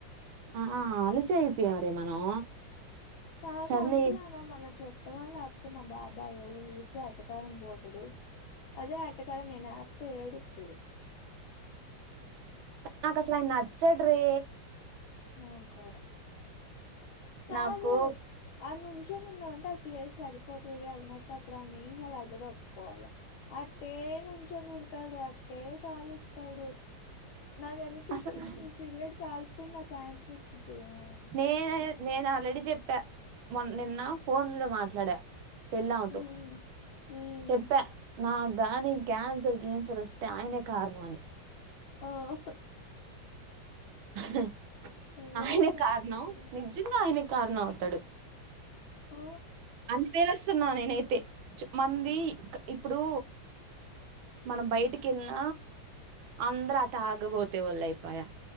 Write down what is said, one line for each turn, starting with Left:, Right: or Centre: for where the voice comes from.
Right: ఆ ఆ అలుసయిపోయమ్ర
Left: ఆ,
Right: మనం
Left: కాదు
Right: సర్లే
Left: అంకుల్ అనే మన చుట్టమా లేకపోతే నా బాబాయ్య ఊరికే ఎటకారం పోతడు అదే ఎటకారం నేను ఎతే ఏడుస్తడు
Right: నాక్ అసలు ఆయన నచ్చడ్రే
Left: నాక్ కూడా కాదు
Right: నాకు
Left: అ ను కుంచొని ఉందా అంటే ఆ ప్లేస్ సరిపోక ఇగా అలాంటప్పుడు వాన్ని ఎం చేయాలి అడ్డు దప్పుకోవాల అట్టే నుంచొని ఉంటాడు అట్టే కాలుస్తాడు నాకు అనిపిస్తుంది
Right: అసలు
Left: నేను సిగరెట్ కాల్చుకపోయిన నాకు క్యాన్సర్ వచ్చిద్దేమో అని
Right: నేన నేను ఆల్రెడీ చెప్పా మొ నిన్న ఫోన్ లో మాట్లాడా వెళ్ళి ఆమె
Left: హ్మ్
Right: తో
Left: హ్మ్
Right: చెప్పా నాక్ గాని క్యాన్సర్ గిన్సర్ వస్తే ఆయనే కారణంమని
Left: ఆ హ
Right: హ
Left: సోది
Right: ఆయనే
Left: కాకపోతే
Right: కారణం ని నిజంగా ఆయన కారణం అవుతాడు
Left: ఆ!
Right: అని పేరు వస్తున్నా నేనైతే మంది ఇప్పుడు మనం బయటికి ఎల్న అందరు అ తాగబోతే వాళ్ళు అయిపోయా